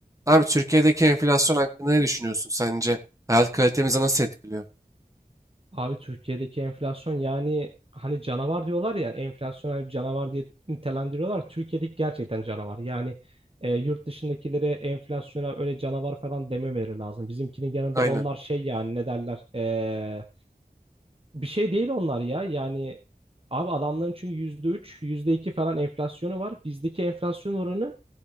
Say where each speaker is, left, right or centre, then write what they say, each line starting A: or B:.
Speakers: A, on the right; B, on the right.
A: Abi Türkiye'deki enflasyon hakkında ne düşünüyorsun sence? Hayat kalitemizi nasıl etkiliyor?
B: Abi Türkiye'deki enflasyon yani hani canavar diyorlar ya enflasyon hani bir canavar diye nitelendiriyorlar. Türkiye'deki gerçekten canavar. Yani e, yurt dışındakilere enflasyona öyle canavar falan dememeleri lazım. Bizimkinin yanında
A: Aynen.
B: onlar şey yani ne derler e, bir şey değil onlar ya. Yani abi adamların çünkü yüzde üç, yüzde iki falan enflasyonu var. Bizdeki enflasyon oranı